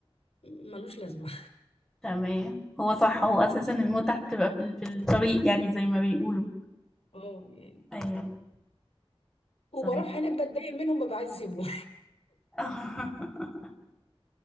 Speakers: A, on the left (about 80°); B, in the centre.
A: ملوش لازمه
B: تمام هو صح هو اساسا المتعة بتبقى في في الطريق يعني زي ما بيقولوا
A: اه <laughs> يعني
B: ايوه
A: وبروح
B: الطريق
A: هناك بتضايق منهم ببقى عايزه اسيبهم
B: <laughs>